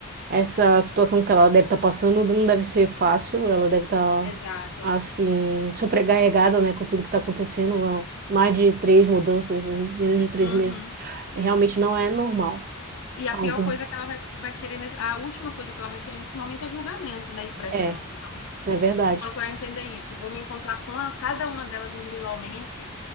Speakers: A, on the right; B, on the left.
A: essa situação que ela deve estar passando não deve ser fácil. Ela deve estar,
B: Exato.
A: assim, sobrecarregada, né, com tudo que está acontecendo. Não. Mais de três mudanças em menos de três
B: Uhum.
A: meses realmente não é normal.
B: E a
A: Algum
B: pior coisa que ela vai, vai querer, nesse- a última coisa que ela vai querer nesse momento é julgamento, né? E pressão.
A: É,
B: Então,
A: é verdade.
B: vou procurar entender isso. Vou me encontrar com a- cada uma delas individualmente.